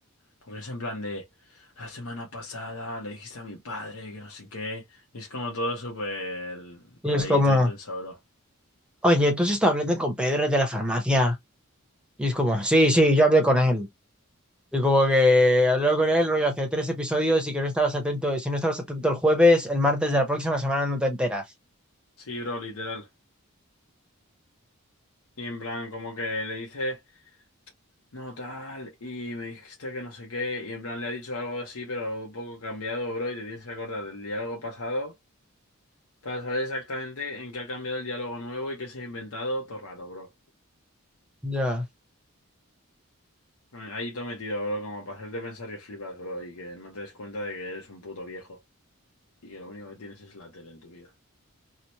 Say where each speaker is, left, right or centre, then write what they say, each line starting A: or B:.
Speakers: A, on the left (about 80°); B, in the centre.
A: Porque es en plan de, la semana pasada le dijiste a mi padre que no sé qué. Y es como todo súper...
B: Y
A: Ahí
B: es como,
A: todo intenso, bro.
B: oye, ¿tú has estado hablando con Pedro de la farmacia? Y es como, sí, sí, yo hablé con él. Y como que hablaba con él, rollo, hace tres episodios y que no estabas atento. Si no estabas atento el jueves, el martes de la próxima semana no te enteras.
A: Sí, bro, literal. Y en plan, como que le dice, no, tal, y me dijiste que no sé qué, y en plan le ha dicho algo así, pero un poco cambiado, bro, y te tienes que acordar del diálogo pasado para saber exactamente en qué ha cambiado el diálogo nuevo y qué se ha inventado, todo raro, bro.
B: Ya,
A: Ahí todo metido, bro, como para hacerte pensar que flipas, bro, y que no te des cuenta de que eres un puto viejo. y que lo único que tienes es la tele en tu vida.